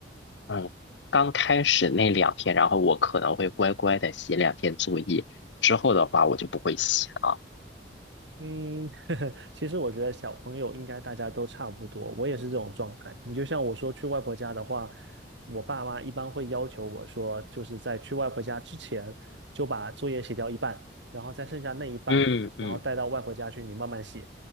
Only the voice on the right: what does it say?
嗯，<laughs> 其实我觉得小朋友应该大家都差不多，我也是这种状态。你就像我说去外婆家的话，我爸妈一般会要求我说，就是在去外婆家之前就把作业写掉一半，然后再剩下那一半，
然后带到外婆家去你慢慢写，